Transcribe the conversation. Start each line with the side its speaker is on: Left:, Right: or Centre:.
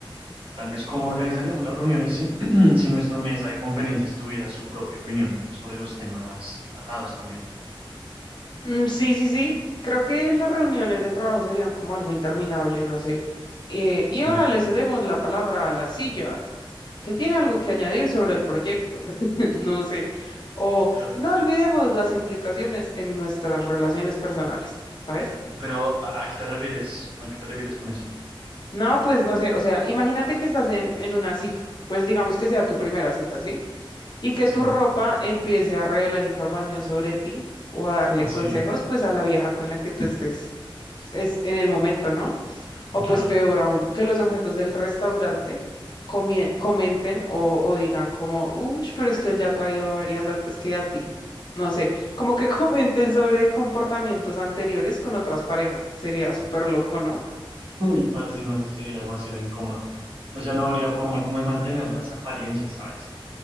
Right: tal vez cómo organizaríamos las reuniones si, <clears throat> si nuestra mesa de conferencias tuviera su propia opinión sobre los temas tratados también.
Left: Mm, sí, sí, sí. Creo que las reuniones de trabajo serían como algo interminable, no sé. Eh, y
Right: Sí.
Left: ahora le cedemos la palabra a la silla, que tiene algo que añadir sobre el proyecto, <laughs> no sé. O
Right: <laughs>
Left: no olvidemos las implicaciones en nuestras relaciones personales, ¿sabes?
Right: Pero, ¿a a qué te refieres? ¿A qué te refieres con eso?
Left: No, pues no sé, o sea, imagínate que estás en, en una cita, pues digamos que sea tu primera cita, ¿sí? y que
Right: Sí,
Left: tu ropa empiece a revelar información sobre ti o a darle
Right: sí,
Left: consejos pues a la vieja con la que tú estés es en el momento, ¿no? O
Right: claro.
Left: pues peor aún, que los objetos del restaurante comie- comenten o, o digan como, uff, pero es que él ya ha traído a varias antes que a ti. No sé, como que <laughs> comenten sobre comportamientos anteriores con otras parejas. Sería súper loco, ¿no?
Right: <laughs> Uy, parce, no, eso sería demasiado incómodo. O sea, no habría forma como de mantener las apariencias, ¿sabes?